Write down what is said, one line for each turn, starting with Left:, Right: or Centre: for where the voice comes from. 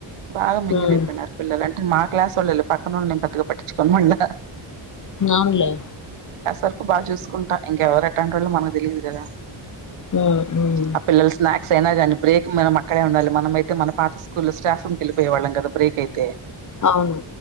Right: బాగా మింగిల్
Left: ఉమ్
Right: అయిపోయినారు పిల్లలు అంటే మా క్లాస్ వాళ్ళోళ్లే పక్కనోళ్ళను నేను పెద్దగా పట్టించుకోను మళ్ళ
Left: అవునులే
Right: వరకు బాగా చూసుకుంటా ఇంక ఎవరు ఎట్టాంటోల్లో మనకు తెలీయదు కదా
Left: ఉమ్ ఉమ్
Right: ఆ పిల్లలు స్నాక్స్ అయినా గానీ బ్రేక్ మన ఇక్కడే ఉండాలి మనమైతే మన పాత స్కూల్లో స్టాఫ్ వెళ్లిపోయే వాళ్ళం కదా బ్రేక్ అయితే
Left: అవును